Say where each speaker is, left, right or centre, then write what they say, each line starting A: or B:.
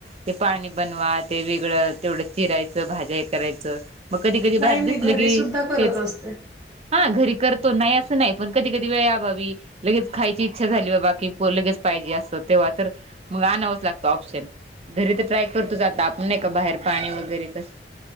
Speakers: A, on the right; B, on the right.
A: ते पाणी बनवा ते वेगळं तेवढं चिरायचं भाज्या हे करायचं. मग कधी कधी
B: नाही,
A: बाहेर
B: मी
A: दिसले
B: घरी
A: की
B: सुद्धा करत
A: हेच.
B: असते.
A: हा घरी करतो नाही असं नाही पण कधी कधी वेळ या बावी. लगेच खायची इच्छा झाली बाबा की लगेच पाहिजे असं तेव्हा तर मग आणावंच लागतं ऑप्शन. घरी तर ट्राय करतोच आता आपण नाही का बाहेर पाणी वगैरे कस.